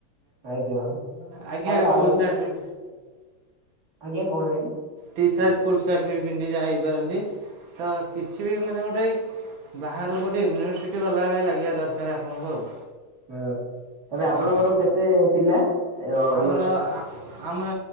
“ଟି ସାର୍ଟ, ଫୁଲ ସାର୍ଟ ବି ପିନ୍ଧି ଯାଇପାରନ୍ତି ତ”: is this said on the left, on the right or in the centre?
Right